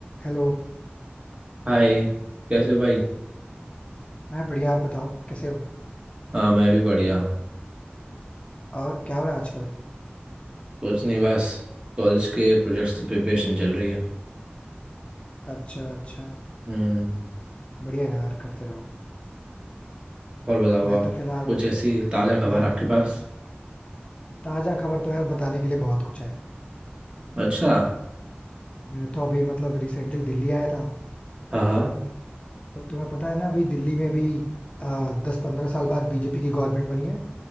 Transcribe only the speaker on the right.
हाय कैसे हो भाई
हाँ मैं भी बढ़िया
कुछ नहीं बस कॉलेज के प्रोजेक्ट्स की प्रिपरेशन चल रही है
हम्म
और बताओ
आप
कुछ ऐसी ताज़ा खबर
आपके पास
अच्छा
हाँ हाँ